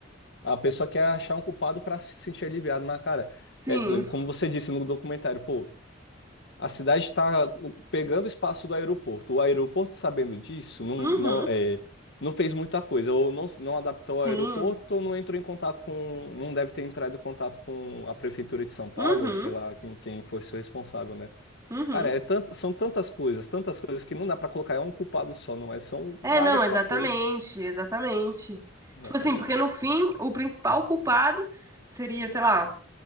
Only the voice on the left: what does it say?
a pessoa quer achar um culpado pra se sentir aliviado, mas, cara,
é como você disse no documentário, pô, A cidade está pegando o espaço do aeroporto. O aeroporto, sabendo disso, não,
não, é, não fez muita coisa, ou não, se- não adaptou ao
aeroporto, ou não entrou em contato com. Não deve ter entrado em contato com a prefeitura de São Paulo,
ou sei lá quem, quem fosse o responsável, né?
Cara, é tant- são tantas coisas, tantas coisas que não dá para colocar é um culpado só, não é? São vários
fatores.
Exatamente.